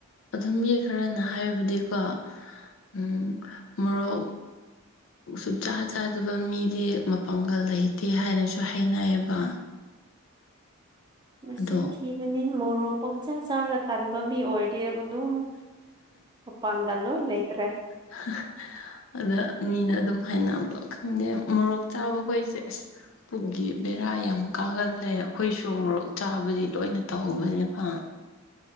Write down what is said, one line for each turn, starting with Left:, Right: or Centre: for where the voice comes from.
Left: ꯑꯗꯨꯝ ꯌꯦꯛ ꯈꯔꯅ ꯍꯥꯏꯕꯗꯤꯀꯣ ꯎꯝ ꯃꯣꯔꯣꯛ ꯎ ꯁꯨꯝ ꯆꯥ ꯆꯥꯗꯕ ꯃꯤꯗꯤ ꯃꯄꯥꯡꯒꯜ ꯂꯩꯇꯦ ꯍꯥꯏꯅꯁꯨ ꯍꯥꯏꯅꯩꯌꯦꯕ
Right: ꯃꯆꯤꯟ
Left: ꯑꯗꯣ
Right: ꯊꯤꯕꯅꯤ ꯃꯣꯔꯣꯛ ꯄꯪꯆꯥꯥ ꯆꯥꯔꯒ ꯇꯟꯕ ꯃꯤ ꯑꯣꯏ ꯏꯗꯤꯦꯕ ꯑꯗꯨ ꯑꯣꯄꯪꯜꯣ ꯏꯂ ꯂꯩꯇ꯭ꯔꯦ
Left: <unintelligible> ꯑꯗ ꯃꯤꯅ ꯑꯗꯨꯝ ꯍꯥꯏꯅꯕ ꯈꯪꯗꯦ ꯃꯣꯔꯣꯛ ꯆꯥꯕꯈꯣꯏꯁꯦ ꯑꯁ ꯄꯨꯛꯒꯤ ꯕꯦꯔꯥ ꯌꯥꯝ ꯀꯥꯒꯜꯂꯦ ꯑꯩꯈꯣꯏꯁꯨ ꯃꯣꯔꯣꯛ ꯆꯥꯕꯗꯤ ꯂꯣꯏꯅ ꯇꯧꯕꯅꯦꯕ